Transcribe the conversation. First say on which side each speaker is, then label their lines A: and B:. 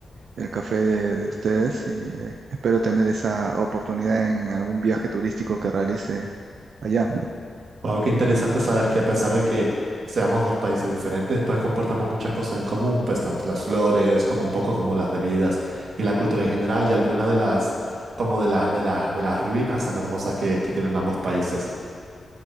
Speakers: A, on the right; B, on the right.
A: el café de, de ustedes y eh, espero tener esa oportunidad en algún viaje turístico que realice allá.
B: Wow, qué interesante saber que a pesar de que seamos dos países diferentes, pues compartamos muchas cosas en común, pues tanto las flores como un poco como las bebidas y la cultura en general y algunas de las como de las de las de las ruinas tan hermosas que, que tienen ambos países.